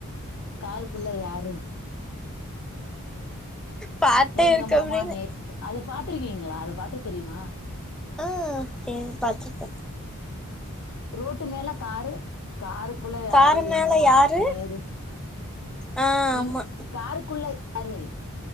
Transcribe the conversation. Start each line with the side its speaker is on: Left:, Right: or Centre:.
Left: காரு குள்ள யாரு
Centre: பாட்டே
Left: எங்க
Centre: இருக்கு
Left: மாமா
Centre: அப்டின்னு
Left: நே அது பாத்துருக்கீங்களா அது பாட்டு தெரியுமா
Centre: அ சே பாத்துருக்கே
Left: ரோட்டு மேல காரு காருக்குள்ள யாரு
Centre: காரு மேல
Left: எங்க மாமா
Centre: யாரு
Left: நேரு
Centre: ஆ ஆமா
Left: எங் காருக்குள்ள யாரு